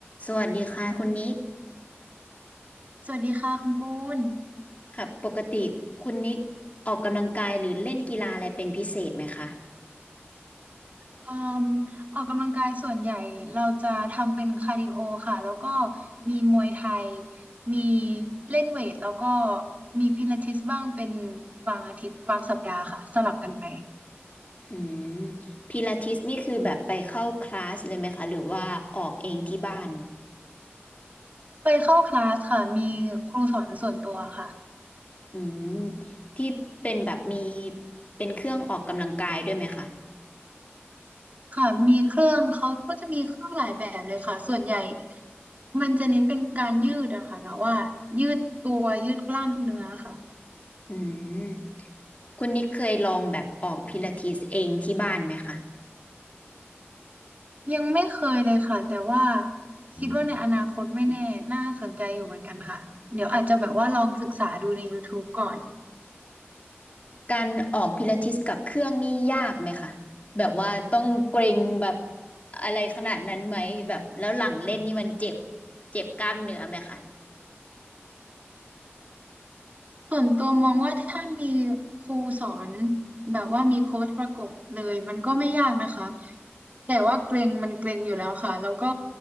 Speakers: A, on the left (about 35°); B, on the right (about 35°).
A: สวัสดีค่ะคุณนิก
B: สวัสดีค่ะคุณปูน
A: ค่ะปกติคุณนิกออกกำลังกายหรือเล่นกีฬาอะไรเป็นพิเศษไหมคะ
B: เอ่มออกกำลังกายส่วนใหญ่เราจะทำเป็นคาร์ดิโอค่ะแล้วก็มีมวยไทยมีเล่นเวทแล้วก็มีพิลาทิสบ้างเป็นบางอาทิตย์บางสัปดาห์ค่ะสลับกันไป
A: อืมพิลาทิสนี่คือแบบไปเข้าคลาสเลยไหมคะหรือว่าออกเองที่บ้าน
B: ไปเข้าคลาสค่ะมีครูสอนส่วนตัวค่ะ
A: อืมที่เป็นแบบมีเป็นเครื่องออกกำลังกายด้วยไหมคะ
B: ค่ะมีเครื่องเขาก็จะมีเครื่องหลายแบบเลยค่ะส่วนใหญ่มันจะเน้นเป็นการยืดอะค่ะแบบว่ายืดตัวยืดกล้ามเนื้อค่ะ
A: อืมคุณนิกเคยลองแบบออกพิลาทิสเองที่บ้านไหมคะ
B: ยังไม่เคยเลยค่ะแต่ว่า
A: อืม
B: คิดว่าในอนาคตไม่แน่น่าสนใจอยู่เหมือนกันค่ะเดี๋ยวอาจจะแบบว่าลองศึกษาดูใน YouTube ก่อน
A: การออกพิลาทิสกับเครื่องนี่ยากไหมคะแบบว่าต้องเกร็งแบบอะไรขนาดนั้นไหมแบบแล้วหลังเล่นนี่มันเจ็บเจ็บกล้ามเนื้อไหมคะ
B: ส่วนตัวมองว่าถ้ามีครูสอนแบบว่ามีโค้ชประกบเลยมันก็ไม่ยากนะคะแต่ว่าเกร็งมันเกร็งอยู่แล้วค่ะแล้วก็